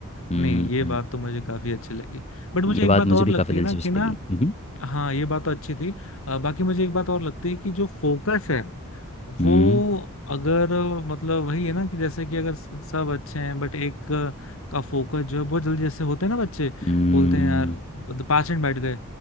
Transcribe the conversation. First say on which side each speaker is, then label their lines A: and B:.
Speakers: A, on the left (about 30°); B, on the left (about 65°).
A: हम्म
B: नहीं ये
A: हम्म
B: बात तो मुझे काफी अच्छी लगी बट मुझे
A: ये
B: एक
A: बात
B: बात
A: मुझे
B: और
A: भी
B: लगती
A: काफी दिलचस्प
B: है ना कि ना
A: लगी मम्म।
B: हाँ ये बात तो अच्छी थी अ, बाकी मुझे एक बात और लगती है कि जो फोकस है
A: हम्म
B: वो अगर अ, मतलब वही है ना कि जैसे कि अगर स- सब अच्छे हैं बट एक अ, का फोकस जो है बहुत जल्दी जैसे होते हैं ना बच्चे
A: हम्म
B: बोलते हैं यार मतलब पाँच मिनट बैठ गए